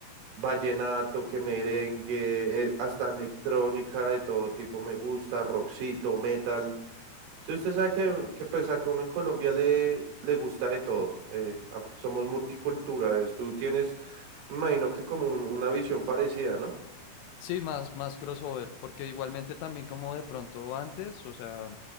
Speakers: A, on the right (about 70°); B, on the left (about 80°).
A: vallenato, que merengue, eh, hasta electrónica de todo tipo me gusta, rockcito, metal. Si usted sabe que, que pues acá uno en Colombia le, le gusta de todo, eh, a- somos multiculturales, tú tienes, me imagino que como un- una visión parecida, ¿no?
B: Sí, más, más crossover, porque igualmente también como de pronto antes, o sea,